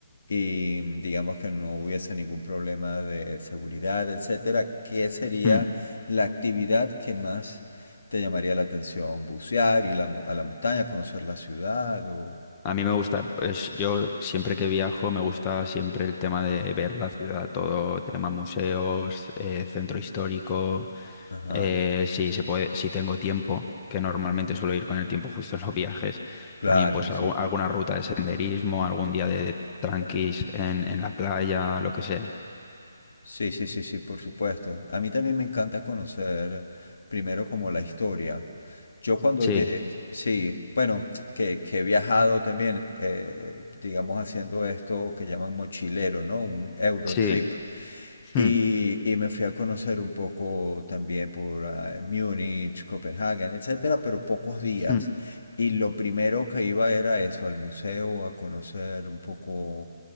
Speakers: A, on the left; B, on the left.
A: y digamos que no hubiese ningún problema de seguridad, etcétera, ¿qué sería
B: Mm.
A: la actividad que más te llamaría la atención? ¿Bucear, ir a la, mo- a la montaña, conocer la ciudad o...
B: A mí me gusta, pues yo siempre que viajo me gusta siempre el tema de ver la ciudad, todo tema museos, eh, centro histórico,
A: Ajá,
B: eh, si se puede, si tengo tiempo, que normalmente suelo ir con el tiempo justo en los viajes,
A: claro,
B: también pues
A: sí.
B: algu- alguna ruta de senderismo, algún día de, de tranquis en, en la playa, lo que sea.
A: Sí, sí, sí, sí, por supuesto. A mí también me encanta conocer primero como la historia. Yo cuando
B: Sí,
A: llegué, sí, bueno, que, que he viajado también, eh, digamos, haciendo esto que llaman mochilero, ¿no? Un Eurotrip.
B: sí. Hmm.
A: Y, y me fui a conocer un poco también por ah, Múnich, Copenhague, etcétera, pero pocos días.
B: Mm.
A: Y lo primero que iba era eso, al museo, a conocer un poco